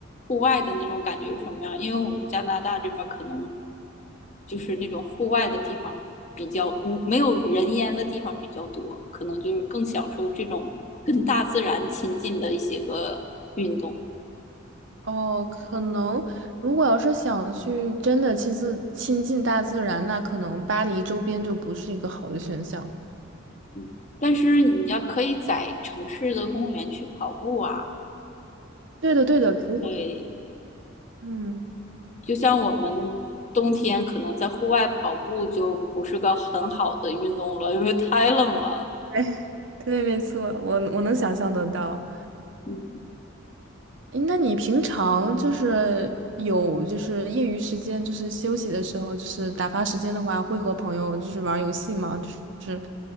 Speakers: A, on the left; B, on the right.
A: 户外的那种感觉是什么样，因为我们加拿大这边儿可能就是那种户外的地方比较无，没有人烟的地方比较多，可能就是更享受这种跟大自然亲近的一些个运动。
B: 哦，可能如果要是想去真的亲自亲近大自然，那可能巴黎周边就不是一个好的选项。
A: 嗯但是你要可以在城市的公园去跑步啊。
B: 对的，对的，可以的
A: 对，
B: 嗯，
A: 就像我们冬天可能在户外跑步就不是个很好的运动了，因为太冷了。
B: 对，<laughs> 对，没错，我我能想象得到。
A: 嗯，
B: 诶那你平常就是有就是业余时间，就是休息的时候，就是打发时间的话，会和朋友就是玩儿游戏吗？就是